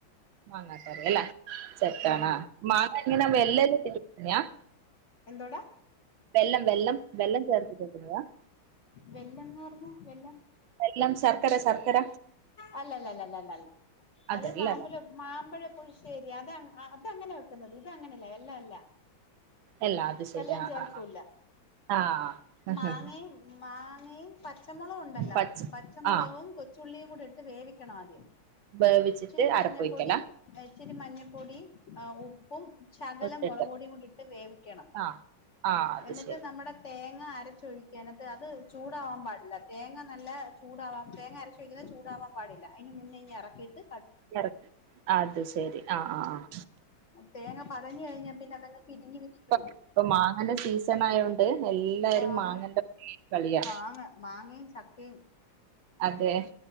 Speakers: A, on the right; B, on the left.
A: മാങ്ങാക്കറിയല്ലേ ചെറ്താണാ
B: ഉം
A: മാങ്ങ ഇങ്ങനെ <unintelligible>
B: എന്തോടാ
A: വെല്ലം വെല്ലം വെല്ലം <unintelligible>
B: വെല്ലംന്ന് പറഞ്ഞ വെല്ലം
A: വെല്ലം ശർക്കര ശർക്കര
B: അല്ലല്ല ല്ല ല്ല ല്ലല്ല
A: അതല്ലല്ല
B: അത് മാമ്പല് മാമ്പഴ പുളിശ്ശേരി അത <unintelligible> ക്കങ്ങനെ വെക്കുന്നത് ഇത് അങ്ങനല്ല എല്ല എല്ല
A: അല്ല അത് ശരി
B: വെള്ളം
A: ആഹ്
B: ചേർക്കൂല്ല
A: ആഹ് ആഹ് ആഹ്
B: മാങ്ങേം മാങ്ങേം പച്ചമൊളകുണ്ടല്ലോ
A: പച്ച
B: പച്ചമുളവും
A: ആഹ്
B: കൊ ച്ചുള്ളിം കൂടി ട്ട് വേവിക്കണാദ്യം.
A: വേവിച്ചിട്ട്
B: ഇച്ചിരി മഞ്ഞപ്പൊടിം
A: അരപ്പൊഴിക്കലാ
B: എഹ് ഇച്ചിരി മഞ്ഞപ്പൊടിം ആഹ് ഉപ്പും ശകലം
A: തൊട്ടിട്ട്
B: മൊളക്പൊടിയും കൂടി ട്ട് വേവിക്കണം
A: ആഹ് ആഹ് അത്
B: എന്നിട്ട്
A: ശരി
B: നമ്മടെ തേങ്ങ അരച്ചൊഴിക്ക എന്നിട്ട് അത് ചൂടാവാൻ പാടില്ല തേങ്ങ നല്ല ചൂടാവാ തേങ്ങ അര ച്ചൊഴ്‌ക്ക്ന്നെ ചൂടാവാൻ പാടില്ല അയ്ന് മുന്നയ്നെ എറക്കിട്ട്
A: എറ അത് ശെരി ആഹ് ആഹ് ആഹ്
B: തേങ്ങ പതഞ്ഞ് കഴിഞ്ഞാ പിന്നെ അതങ്ങ് പിരിഞ്ഞ് പിരിഞ്ഞ്
A: ഇപ്പ
B: പോവും.
A: ഇപ്പൊ മാങ്ങന്റെ സീസണായൊണ്ട് എല്ലാരും
B: വാങ്ങ
A: മാങ്ങന്റെ <unintelligible> കളിയാ
B: മാങ്ങ മാങ്ങേം ച ക്കിം
A: അതെ